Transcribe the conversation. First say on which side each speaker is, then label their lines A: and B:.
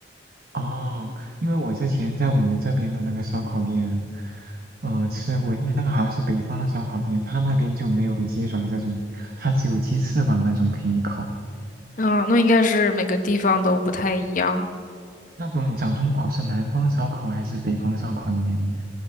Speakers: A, on the right (about 55°); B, on the left (about 50°).
A: 哦，因为我之前在我们这边的那个烧烤店，呃，吃过那个好像是北方的烧烤店，他那边就没有鸡爪这种，他只有鸡翅膀那种可以烤。
B: 嗯，那应该是每个地方都不太一样，
A: 那种掌中宝是南方烧烤还是北方烧烤里面的呀？